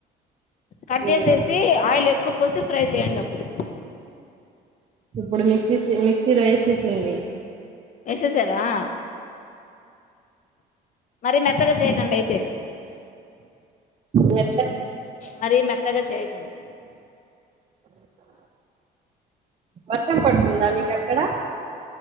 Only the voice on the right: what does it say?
ఉమ్
ఇప్పుడు మిక్సీసి మిక్సీ లో ఏసేసింది
మె
వర్షం పడుతుందా మీకక్కడ